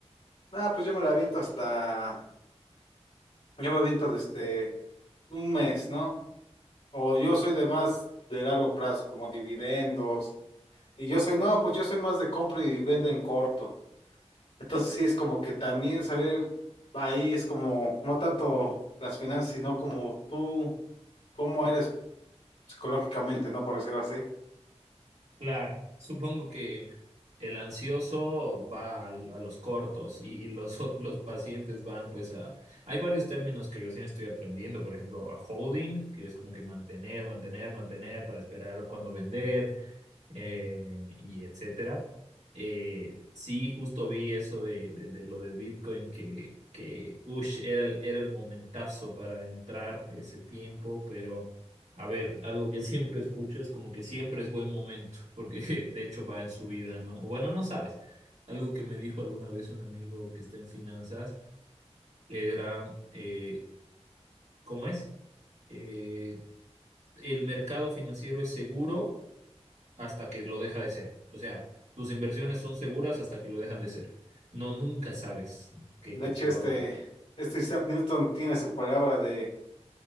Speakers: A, on the left; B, on the right.
A: ah, pues yo me la aviento hasta, yo me aviento desde un mes, ¿no? O yo soy de más de largo plazo, como dividendos, y yo soy, no, pues yo soy más de compra y vende en corto, entonces sí, es como que también saber, ahí es como, no tanto las finanzas, sino como tú, cómo eres psicológicamente, ¿no? Por decirlo así.
B: Claro, supongo que... El ansioso va al- a, los cortos y, y los, <laughs> o- los pacientes van pues a... Hay varios términos que recién estoy aprendiendo, por ejemplo, a holding, que es como que mantener, mantener, mantener para esperar cuando vender eh, y etcétera. Eh, sí, justo vi eso de, de, de lo de Bitcoin que, que ush, era el, era el momentazo para entrar ese tiempo, pero a ver, algo que <laughs> siempre escucho es como que siempre es buen momento, porque <laughs> de hecho va en subida, ¿no? O bueno, no sabes. Algo que me dijo alguna vez un amigo que está en finanzas era, eh, ¿cómo es? eh, el mercado financiero es seguro hasta que lo deja de ser. O sea, tus inversiones son seguras hasta que lo dejan de ser. No, nunca sabes qué,
A: De hecho,
B: qué
A: este,
B: va a pasar.
A: este Isaac Newton tiene su palabra de